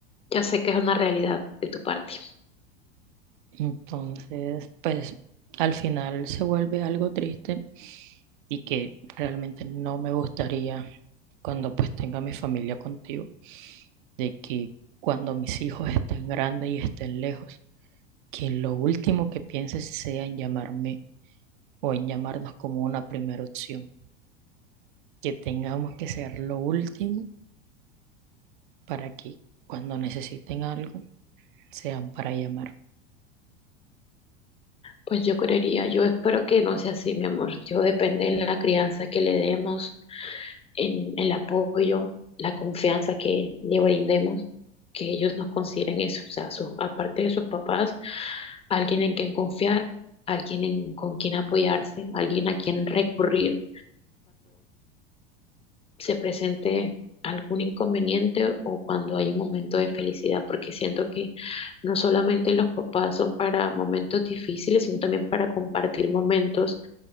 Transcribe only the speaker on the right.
entonces pues al final se vuelve algo triste y que realmente no me gustaría cuando pues tenga mi familia contigo, de que cuando mis hijos estén grandes y estén lejos, que lo último que pienses sea en llamarme o en llamarnos como una primera opción, que tengamos que ser lo último para que cuando necesiten algo sean para llamar.